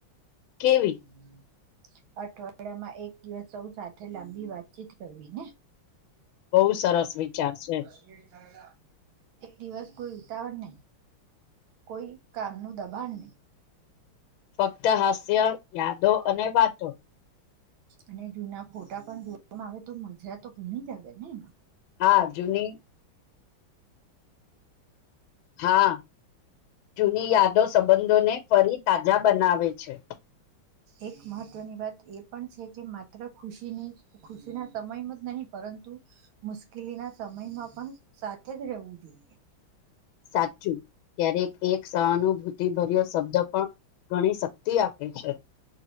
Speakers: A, on the left; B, on the right.
A: કેવી
B: હમ અઠવાડિયામાં એક દિવસ સૌ સાથે લાંબી વાતચીત કરવી ને
A: બહુ સરસ વિચાર છે
B: દસ મિટ થ એક દિવસ કોઈ ઉતાવળ નહી કોઈ કામનું દબાણ નહી
A: ફક્ત હાસ્ય યાદો અને વાતો
B: અને જૂના ફોટા પણ જોવામાં આવે તો મજા તો ઘણી જ આવે ને એમાં
A: હા જૂની હા જૂની યાદો સંબંધોને ફરી તાજા બનાવે છે પ છે
B: એક મહત્વની વાત એ પણ છે કે માત્ર ખુશીની ખુશીના સમયમાં જ નહીં પરંતુ મુશ્કેલી ના સમયમાં પણ સાથે જ રહેવું જોઈએ
A: સાચું ત્યારે એક સહાનુભૂતિભર્યો શબ્દ પણ ગણી શક તે આપે છે